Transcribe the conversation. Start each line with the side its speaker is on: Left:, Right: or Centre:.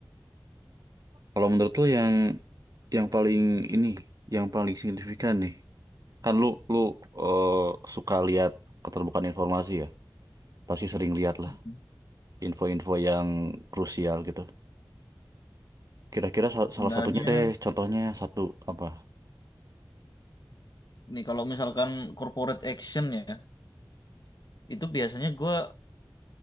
Right: Kalau menurut lo yang yang paling ini, yang paling signifikan nih, kan lu lu eh, suka lihat keterbukaan informasi ya, pasti sering lihat lah
Left: mm
Right: info-info yang krusial gitu. Kira-kira sa-
Left: Sebenarnya
Right: salah satunya deh, contohnya satu apa?
Left: nih kalau misalkan corporate action ya, itu biasanya gue